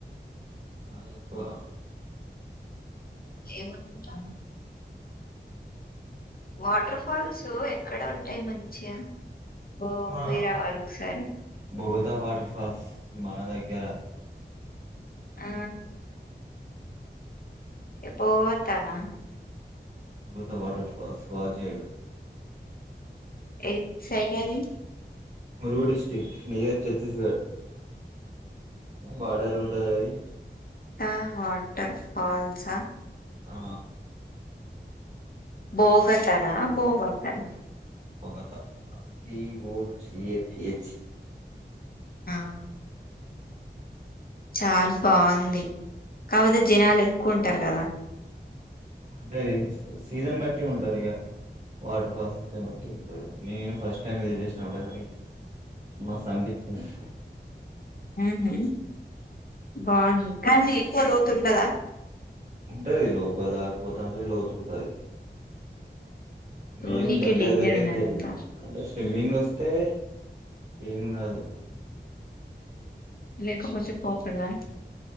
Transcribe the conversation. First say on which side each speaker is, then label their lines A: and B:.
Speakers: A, on the right (about 40°); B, on the left (about 50°).
A: చాలా ఎక్కువ
B: ఏ మనుకుంటన్నావ్ వాటర్ ఫాల్స్ ఎక్కడ ఉంటాయి మంచిగా ఓ
A: మా
B: పోయి రావాలి ఒకసారి
A: బత్ కొత్త వాటర్ఫాల్స్ మన దగ్గర
B: ఆ పో తానా
A: భూత వాటర్ ఫాల్స్ వా చేేడు
B: ఏ సైకాది
A: మురుగు డిస్ట్రిక్ట్ నేజర్ ఛత్తీస్గఢ్ బార్డలు ఉంటది అది
B: త వాటర్ ఫాల్స సా
A: ఆ
B: భోగటనా భోవతన
A: Bogatha B, O, T, H, A
B: ఆ చాల బాగుంది కాకపోతే జనాలు ఎక్కువ ఉంటారు కదా
A: అంటేది సీజన్ బట్టి ఉంటారు ఇక వాటర్ ఫాల్స్ వచ్చా బట్టి నేను ఫస్ట్ టైం విజిట్ చేసినప్పుడు కానీ మస్తు అంపించింది
B: ఊహు బాగుంది కానీ ఎక్కువ లోతుండదా
A: ఉంటది లోపల లేకపోత అంటే లోతు ఉంటది
B: చూడ్నీకే
A: మేం దగ్గర
B: డేంజర్
A: దగ్గరకెళ్ళాం
B: ఉన్నదంతా
A: అంటే స్విమ్మింగ్ వస్త అంతే ఏమి కాదు
B: లేకపోతే పోకుడదా